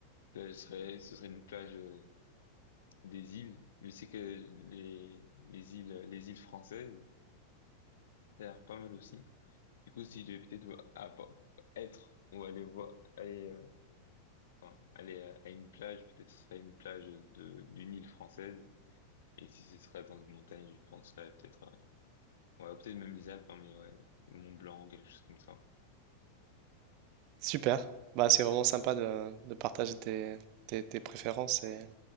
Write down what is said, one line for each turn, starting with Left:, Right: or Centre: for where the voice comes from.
Left: plage serait, ce serait une plage euh, des îles. Je sais que les, les îles, les îles françaises, ça a l'air pas mal aussi. Du coup, si je vais peut-être vo- à- pa- être ou aller voir, aller, euh, enfin, aller à, à une plage, peut-être ce serait une plage de d'une île française. Et si ce serait dans une montagne, je penserais peut-être, euh, ouais, peut-être même les Alpes, hein, mais ouais, Mont Blanc, quelque chose comme ça.
Right: Super. Bah, c'est vraiment sympa de, de partager tes, tes- tes préférences et